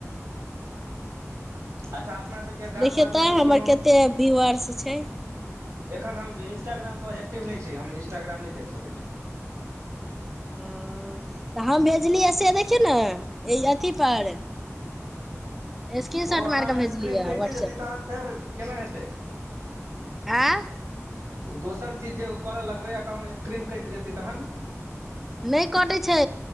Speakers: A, on the right (about 70°); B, in the centre.
A: अच्छा अपना सबके गाँव
B: देखियौ
A: घरमे
B: तऽ
A: जे
B: हमर
A: कोनो
B: कते व्यूअर्स छै
A: एखन हम इंस्टाग्राम पर एक्टिव नहि छी हम इंस्टाग्राम नहि देख सकै छी
B: हँ तऽ हम भेजलियै से देखियौ ने एहि अथी पर स्क्रीन
A: ओ
B: शॉट
A: ओनामे
B: मार कऽ भेजलियै
A: स्क्रीन कटि
B: व्हाट्सएप
A: जेतै तखन
B: पर
A: फेर केना हेतै
B: आँ
A: ओ दोसर चीज जे करऽ लगबै आ कहुँ स्क्रीन कटि जेतै तहन
B: नहि कटैत छै